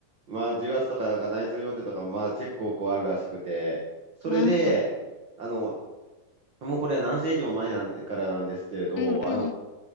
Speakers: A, on the right (about 40°); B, on the left (about 80°).
A: まあ、重圧とかが内通要請とかも、まあ、結構こうあるらしくて、それで、
B: うん、うん、
A: あの、もうこれは何世紀も前なんで、からなんですけれど、
B: うん、うん、
A: あの、